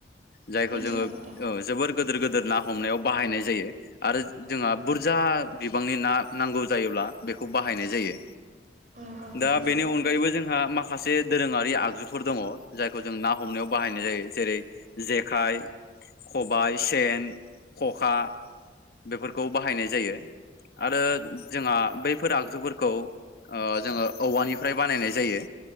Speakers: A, on the left (about 55°); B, on the right (about 45°).
A: जायखौ
B: मिथिगौ
A: जोङो ओ
B: नोंथां
A: जोबोर गोदोर-गोदोर ना हमनायाव बाहायनाय जायो आरो जोंहा बुरजा बिबांनि ना नांगौ जायोब्ला बेखौ बाहायनाय जायो।
B: नंगौ नोंथां
A: दा बेनि अनगायैबो जोंहा माख खासे दोरोङारि आगजुफोर दङ जायखौ जों ना हमनायाव बाहायनाय जायो जेरै जेक खाइ खबाय सेन खखा बेफोरखौ बाहायनाय जायो आरो जोंहा बैफोर आगजुफोरखौ ओ जोङो औवानिफ्राय बानायनाय जायो।